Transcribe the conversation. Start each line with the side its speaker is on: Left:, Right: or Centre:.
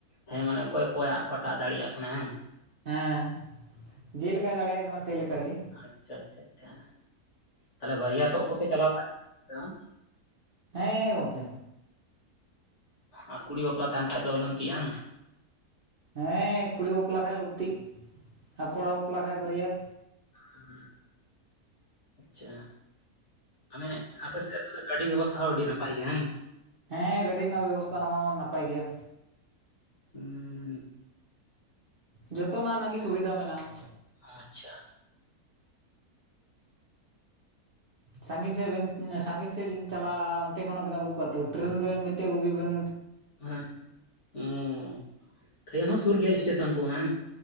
Left: ᱦᱮᱸ ᱢᱟᱱᱮ ᱚᱠᱚᱭ ᱚᱠᱚᱭᱟᱜ ᱚᱠᱟᱴᱟᱜ ᱫᱟᱲᱮᱭᱟᱜ ᱠᱟᱱᱟ ᱦᱟᱝ᱾
Right: ᱦᱮᱸ ᱡᱮᱠᱟᱭ ᱫᱟᱲᱮᱭᱟᱜ ᱠᱟᱱᱟ ᱥᱮ ᱞᱮᱠᱟ ᱜᱮ᱾
Left: ᱟᱪᱪᱷᱟ ᱟᱪᱪᱷᱟ ᱪᱷᱟ ᱛᱟᱦᱚᱞᱮ ᱵᱟᱹᱨᱭᱟᱹᱛ ᱛᱚᱜ ᱠᱚᱯᱮ ᱪᱟᱞᱟᱣ ᱥᱮ ᱵᱟᱝ ᱟᱯᱮ ᱦᱚᱸ,
Right: ᱦᱮᱸ ᱜᱚᱝᱠᱮ᱾
Left: ᱟᱨ ᱠᱩᱲᱤ ᱵᱟᱯᱞᱟ ᱛᱟᱦᱮᱱ ᱠᱷᱟᱡ ᱫᱚ ᱞᱚᱝᱛᱤᱜᱼᱦᱟᱝ᱾
Right: ᱦᱮᱸ ᱠᱩᱲᱤ ᱵᱟᱯᱞᱟ ᱠᱷᱟᱡ ᱞᱩᱸᱛᱤᱜ ᱟᱨ ᱠᱚᱲᱟ ᱵᱟᱯᱞᱟ ᱠᱷᱟᱭᱡ ᱵᱟᱹᱨᱭᱟᱹᱛ᱾
Left: ᱦᱩᱸ, ᱟᱪᱪᱷᱟ ᱢᱟᱱᱮ ᱟᱯᱮ ᱥᱮᱫ ᱛᱟᱦᱚᱞᱮ ᱜᱟᱹᱰᱤ ᱵᱮᱵᱚᱥᱛᱷᱟ ᱦᱚᱸ ᱟᱹᱰᱤ ᱱᱟᱯᱟᱭ ᱜᱮᱭᱟ ᱦᱟᱝ᱾
Right: ᱦᱮᱸ ᱜᱟᱹᱰᱤ ᱨᱮᱱᱟᱜ ᱵᱮᱵᱚᱥᱛᱷᱟ ᱦᱚᱸ ᱱᱟᱯᱟᱭ ᱜᱮᱭᱟ᱾
Left: ᱦᱩᱸ,
Right: ᱡᱚᱛᱚᱱᱟᱜᱱᱟᱜ ᱜᱮ ᱥᱩᱵᱤᱫᱷᱟ ᱢᱮᱱᱟᱜᱼᱟ᱾
Left: ᱟᱪᱪᱷᱟ,
Right: ᱥᱟᱺᱜᱤᱧ ᱥᱮᱫ ᱵᱮᱱ ᱥᱟᱺᱜᱤᱧ ᱥᱮᱫ ᱞᱤᱧ, ᱪᱟᱞᱟᱜᱼᱟ ᱚᱱᱛᱮ ᱠᱷᱚᱱᱟᱜ ᱵᱤᱱ ᱟᱹᱜᱩ ᱠᱚᱣᱟ ᱛᱚ ᱴᱨᱮᱱ ᱨᱤᱱ ᱢᱤᱫᱴᱟᱹᱝ ᱵᱩᱜᱤ ᱵᱤᱱ,
Left: ᱦᱮᱸ ᱦᱩᱸ ᱴᱨᱮᱱ ᱦᱚᱸ ᱥᱩᱨ ᱜᱮᱭᱟ ᱥᱴᱮᱥᱚᱱ ᱠᱚ ᱦᱟᱝ᱾